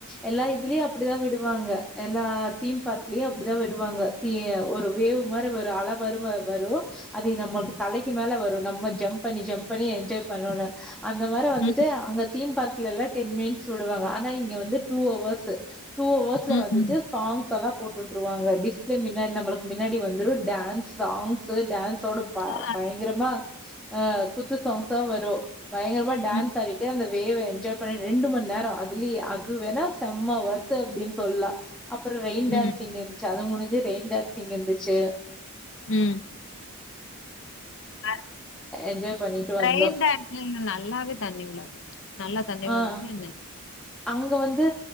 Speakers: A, in the centre; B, on the left.
A: எல்லா இதுலயு அப்டிதா விடுவாங்க எல்லா தீம் பார்க்லயு அப்டிதா விடுவாங்க தீ ஒரு வேவு மார வரு அல மார வரு அதையே நம்மளுக்கு தலைக்கு மேல வரு நம்ம ஜம்ப் பண்ணி ஜம்ப் பண்ணி என்ஜாய் பண்ணனு அந்த மார வந்துட்டு
B: ம்,
A: அங்க தீம் பார்க்லலா டென் மினிட்ஸ் விடுவாங்க ஆனா இங்க வந்து டூ ஹவர்சு டூ ஹவர்ஸ்ல
B: ம், ம்.
A: வந்துட்டு
B: ம்.
A: சாங்ஸ் எல்லா போட்டுட்டுருவாங்க டிஸ்பிளே மின்னாடி நம்மளுக்கு மின்னாடி வந்துரு டான்ஸ் சாங்ஸ் டான்சோட ப
B: ஆ.
A: பயங்கரமா ஆ குத்து சாங்ஸா வரு பயங்கரமா டான்ஸ்
B: ம்,
A: ஆடிட்டு அந்த வேவ என்ஜாய் பண்ணி ரெண்டு மண் நேரோ அதுலியே அது வேணாச் செம்ம வொர்த்து அப்டின் சொல்லா அப்பற ரெயின் டேன்சிங்
B: ம்,
A: இருந்துச்சு அது முடிஞ்சு ரெயின்டேன் இங்க இந்துச்சே
B: ம். அ
A: என்ஜாய் பண்ணிட்டு வந்தோ
B: ரெயின் டேன்ஸ்லிங்ல நல்லாவே தண்ணி விழாது நல்லா தண்ணி வந்துச்சு
A: ஆ
B: என்ன
A: அங்க வந்து